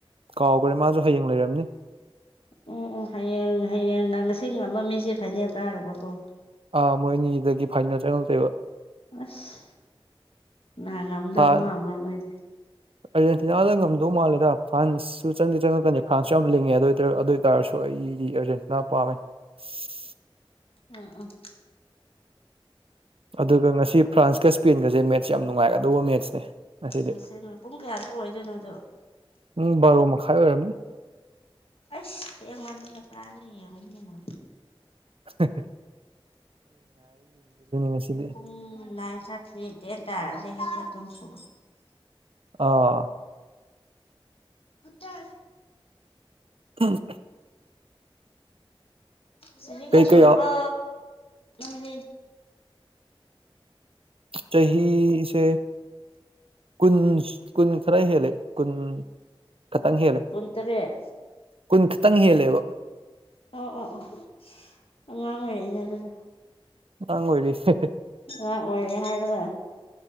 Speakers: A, on the right; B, on the left.
A: ꯀꯥꯎꯈ꯭ꯔꯦ ꯃꯥꯁꯨ ꯍꯌꯦꯡ ꯂꯩꯔꯝꯅꯤ
B: ꯎꯝ ꯎꯝ ꯍꯌꯦꯡ ꯍꯌꯦꯡꯒ ꯉꯁꯤ ꯉꯝꯕ ꯃꯤꯁꯦ ꯐꯥꯏꯅꯦꯜ ꯀꯥꯔꯕꯀꯣ
A: ꯑꯥ ꯃꯣꯏ ꯑꯅꯤꯗꯒꯤ ꯐꯥꯏꯅꯦꯜ ꯆꯪꯉꯛꯇꯣꯏꯕ
B: ꯑꯁ <unintelligible> ꯉꯝꯗꯧ
A: ꯐ꯭ꯔꯥꯟ
B: ꯃꯥꯟꯕ꯭ꯔꯣ ꯅꯣꯏꯗꯤ
A: ꯑꯥꯔꯖꯦꯟꯇꯤꯅꯥꯗ ꯉꯝꯗꯧ ꯃꯥꯜꯂꯦꯗ ꯐ꯭ꯔꯥꯟꯁꯁꯨ ꯆꯪꯗꯤ ꯆꯪꯉꯛꯀꯅꯤ ꯐ꯭ꯔꯥꯟꯁꯁꯨ ꯌꯥꯝ ꯂꯤꯡꯉꯦ ꯑꯗꯨ ꯑꯣꯏꯔ <unintelligible> ꯑꯗꯨ ꯇꯥꯔꯁꯨ ꯑꯩꯗꯤ ꯑꯥꯔꯖꯦꯟꯇꯤꯅꯥ ꯄꯥꯝꯃꯦ <unintelligible>
B: ꯑ ꯑ
A: ꯑꯗꯨꯒ ꯉꯁꯤ ꯐ꯭ꯔꯥꯟꯁꯀ ꯁ꯭ꯄꯦꯟꯒꯁꯦ ꯃꯦꯠꯁ ꯌꯥꯝ ꯅꯨꯡꯉꯥꯏꯒꯗꯧꯕ ꯃꯦꯠꯁꯅꯦ ꯉꯁꯤꯗꯤ
B: ꯉꯁꯤꯅ ꯄꯨꯡ ꯀꯌꯥꯗ ꯑꯣꯏꯗꯣꯏꯅꯣ ꯑꯗꯨ
A: ꯄꯨꯡ ꯕꯥꯔꯣ ꯃꯈꯥꯏ ꯑꯣꯏꯔꯝꯅꯤ
B: ꯑꯁ ꯌꯦꯡꯃꯟꯗꯅ ꯇꯥꯔꯦ ꯌꯦꯡꯉꯃ
A: ꯎ ꯉꯁꯤꯗꯤ
B: ꯄꯨꯡ ꯂꯥꯏꯟ ꯁ ꯁꯤꯗ ꯇꯔ ꯂꯩꯦ ꯍꯥꯏꯦ ꯇꯝꯁꯨ
A: ꯑ
B: ꯄꯨꯠꯇ
A: ꯎꯝ
B: ꯁꯤꯦꯡꯒ
A: ꯀꯩ
B: ꯁꯣꯔꯔꯕ
A: ꯀꯩ
B: ꯎꯗꯤ
A: ꯆꯍꯤꯁꯦ ꯀꯨꯟ ꯀꯨꯟ ꯈꯔ ꯍꯦꯜꯂꯦ ꯀꯨꯟ ꯈꯇꯪ ꯍꯦꯜꯂꯦ
B: ꯀꯨꯟꯇꯔꯦꯠ
A: ꯀꯨꯟ ꯈꯤꯇꯪ ꯍꯦꯜꯂꯦꯕ
B: ꯑꯣ ꯑꯣ ꯑꯣ ꯑꯉꯥꯡ ꯑꯣꯏꯔꯤꯅꯦ ꯑꯗꯨꯗꯤ
A: ꯑꯉꯥꯡ ꯑꯣꯏꯔꯤ <unintelligible>
B: ꯑꯉꯥꯡ ꯑꯣꯏꯔꯦ ꯍꯥꯏꯔꯒ